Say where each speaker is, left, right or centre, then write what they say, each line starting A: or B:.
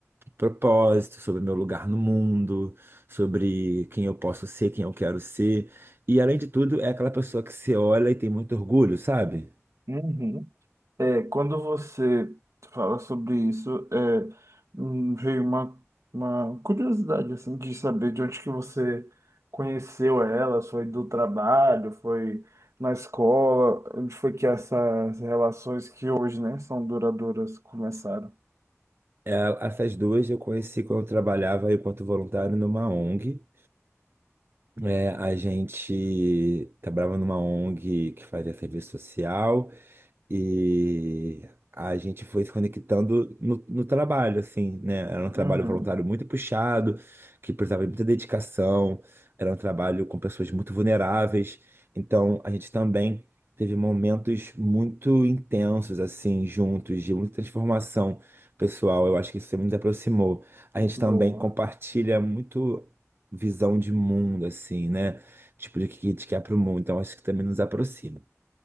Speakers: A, on the right (about 45°); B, on the right (about 70°).
A: propósitos, sobre meu lugar no mundo, sobre quem eu posso ser, quem eu quero ser. E além de tudo, é aquela pessoa que se olha e tem muito orgulho, sabe?
B: Uhum. É, quando você fala sobre isso, é, hum, veio uma, uma curiosidade assim de saber de onde que você conheceu ela, foi do trabalho, foi na escola, onde foi que essas relações que hoje, né, são duradouras começaram.
A: É, Essas duas eu conheci quando eu trabalhava enquanto voluntário numa ONG. É, a gente trabalhava numa ONG que fazia serviço social. E a gente foi se conectando no, no trabalho, assim, né? Era um trabalho
B: Uhum.
A: voluntário muito puxado, que precisava de muita dedicação, era um trabalho com pessoas muito vulneráveis. Então, a gente também teve momentos muito intensos, assim, juntos, de muita transformação pessoal. Eu acho que isso nos aproximou. A gente
B: Boa,
A: também compartilha muito. Visão de mundo, assim, né? Tipo, de que a gente quer pro mundo. Então, acho que também nos aproxima.